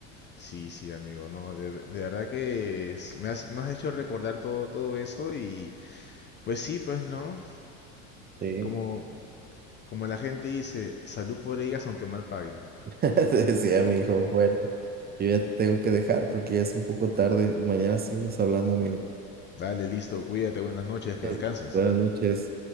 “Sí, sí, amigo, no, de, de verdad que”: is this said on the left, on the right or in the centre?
Left